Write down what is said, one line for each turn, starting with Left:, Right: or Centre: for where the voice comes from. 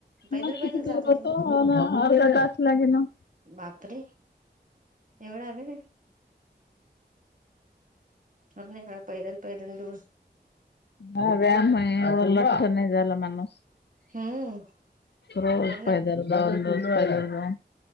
Right: पैदल
Left: म कती
Right: पैदल
Left: दूरत
Right: जात होते
Left: होतो.
Right: मग तुम्ही
Left: अर्धा तास लागे ना.
Right: बापरे एवढा आहे का? ह् पैदल पैदल दू
Left: ह व्यायाम आहे एवढं लठ्ठ नाही झाला माणूस.
Right: हम्म
Left: रोज
Right: हो ना
Left: पायदल द रोज पायदल जाऊन.